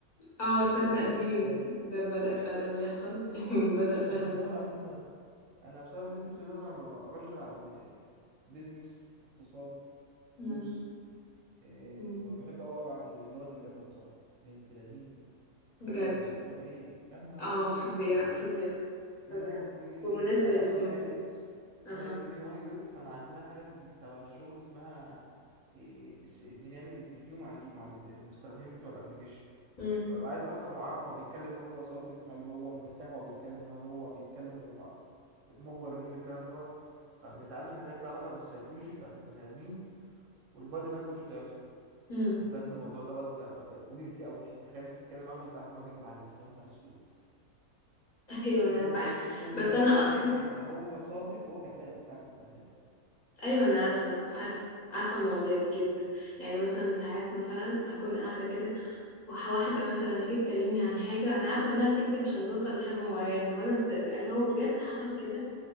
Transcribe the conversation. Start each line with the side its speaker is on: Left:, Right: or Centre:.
Left: اه صدق
Right: مفيش يا بنت
Left: دي
Right: الكلام ده
Left: ده بدأ فعلا يحصل <laughs> يعني بدأ فعلا
Right: والله
Left: يحصل
Right: العظيم ما انا بسبب اللي انت بتقوله ده انا ما بقراش غير عن بيزنس اقتصاد
Left: مم.
Right: فلوس إيه
Left: مم.
Right: بحب أوي اقرا عن لغة الجسد بصراحة بنت لذينة تخلي
Left: بجد
Right: الموضوع ايه يا نهار
Left: اه
Right: اسود
Left: فظيع فظيع
Right: يا
Left: فظيعة
Right: لهوي
Left: بمناسبة
Right: انا
Left: بمناسبة
Right: اصلا يو اي يو اكس
Left: اها
Right: انا من يو اي يو اكس فانا عندنا حاجه في ال- تبع الشغل اسمها إيه س- بنعمل انترفيو مع ال- مع ال- المستخدمين بتوع الابليكيشن
Left: امم
Right: فببقى عايز اصلا اعرف هو بيتكلم هل هو صادق هل هو مرتاح وهو بيتكلم هل هو بيتكلم وهو مجبر انه يقول الكلام دوت فبنتعلم حاجات لها علاقه بالسيكولوجي بتاعت البني ادمين والبادي لانجوج بتاعتهم
Left: امم
Right: وبجد الموضوع دوت بقى ويرد قوي تخيل انت بتتكلم معاه وانت عارف ان هو بيكذب عليك يا نهار اسود
Left: <laughs> ايوه
Right: وهو
Left: انا بح
Right: مبين كل
Left: بس
Right: ملامح
Left: انا اصلا
Right: ان هو صادق وهو كذاب انت عارف انه كذاب
Left: ايوه انا عارفة عارفة عارفة المواضيع دي جدا يعني مثلا ساعات مثلا اكون قاعدة كده وح- واحدة مثلا تيجي تكلمني عن حاجة انا عارفة انها بتكذب عشان توصل لحاجة معينة وانا مس... اللي هو بجد حصل كده